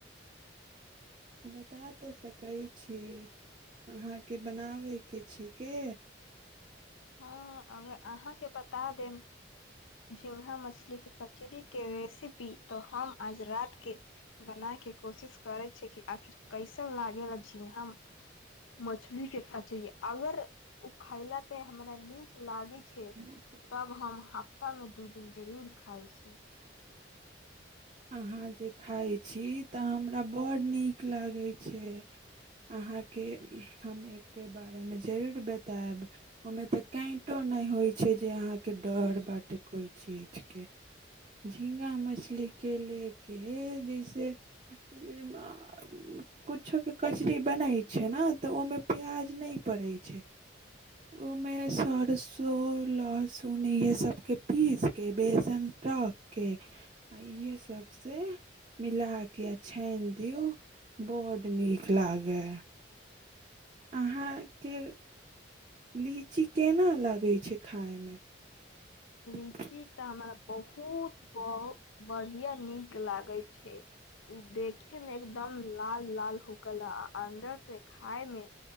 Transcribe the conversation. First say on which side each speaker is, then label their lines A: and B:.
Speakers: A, on the right; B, on the left.
A: बता तऽ सकै छी अहााँके बनाबे के छै के।
B: हँ अगर अहाँके बता देम झिंगा मछली के कचरी के रेसिपी त हम आज रात के बनाय के कोशिश करै छे कि आखिर कैसे। लागे ल छी हम मछली के कथि अगर खइलक से हमरा नीक लागे छै
A: अहाँ
B: तब हम हफ्ता मे दू दिन जरूर खााय छी
A: अहाँ जे खााय छी ता हमरा बड्ड नीक लागै छै। अहाँके हम एक के बारेमे जरूर बतायब ओहिमे तऽ कैंटो नहि होइ छै जे अहाँके डर बाटे कोइ चीजके झीङ्गा मछलीके लेल हे जैसे <unintelligible> कुछो के कचरी बनाय छै ने ते ओ में प्याज ने पड़ै छै ओमे सरसों त ओ लहसुन इहे सबके पीसके बेसन रखके आ इएहे सब से मिला के य छानि दियऔ बड नीक लागे अहाँके लीची केना लगै छै खायमे ह <inaudible>
B: ई तऽ हमरा बहुत ब बढ़िया नीक लागे छै देखे में एकदम लाल लाल हो गेल आ अन्दर से खााय में